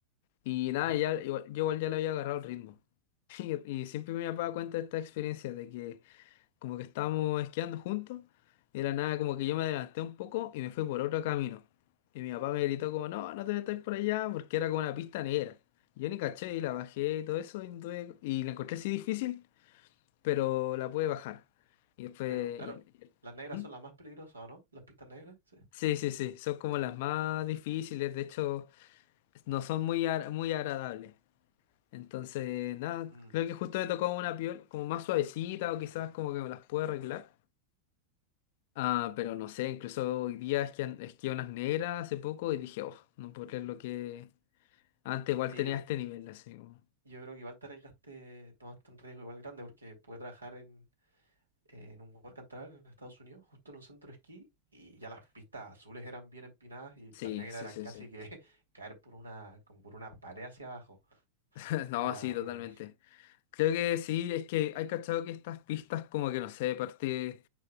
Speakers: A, on the left; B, on the right.
A: y nada,
B: Ajá.
A: ya, igual- yo igual ya le había agarrado el ritmo. <laughs> Y, y siempre mi papá cuenta esta experiencia de que como que estábamos esquiando juntos, y de la nada como que yo me adelanté un poco y me fui por otro camino. Y mi papá me gritó como, no, no te metáis por allá, porque era como una pista negra. Y Yo ni caché y la bajé y todo eso, y, tuve- y la encontré así difícil, pero la pude bajar. Y después...
B: Pero claro,
A: y- y-
B: las negras
A: ¿Mm?
B: son las más peligrosas, ¿o ¿no? Las pistas negras, sí.
A: Sí, sí, sí, son como las más difíciles, de hecho, no son muy, ar- muy agradables. Entonces, nada,
B: Mm.
A: creo que justo me tocó una piel como más suavecita o quizás como que me las puedo arreglar. Ah, pero no sé, incluso hoy día esquí, esquié unas negras hace poco y dije, oh, no puedo creer lo que... Antes igual
B: Y
A: tenía
B: yo,
A: este nivel, así como...
B: yo creo que igual te arriesgaste, tomaste un riesgo igual grande porque pude trabajar en, en un work and travel en Estados Unidos, justo en un centro de esquí, y ya las pistas azules eran bien empinadas y las
A: Sí,
B: negras
A: sí,
B: eran
A: sí,
B: casi
A: sí.
B: que <laughs> caer por una, como por una pared hacia abajo.
A: <laughs> No,
B: Onda,
A: sí, totalmente.
B: eh,
A: Creo que sí, es que hay cachado que estas pistas como que, no sé, parte...